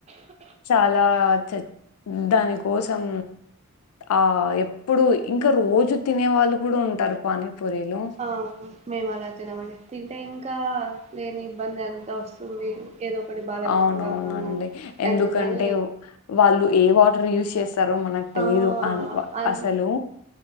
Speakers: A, on the left; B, on the right.
A: చాలా చ దాని కోసం ఆ ఎప్పుడు ఇంకా రోజు తినే వాళ్ళు కూడా ఉంటారు పానీపూరీలు
B: ఆ మేము అలా తినమండి. తింటే ఇంకా లేని ఇబ్బంది అంత వస్తుంది ఏదో ఒకటి బాలేకోకుండా
A: అవునవునండి
B: అవుతాము
A: ఎందుకంటే
B: ఎందుకని
A: వాళ్ళు ఏ వాటర్ యూస్ చేసు తారు మనకు తెలీదు
B: ఆ
A: అన్ వా
B: అన్
A: అసలు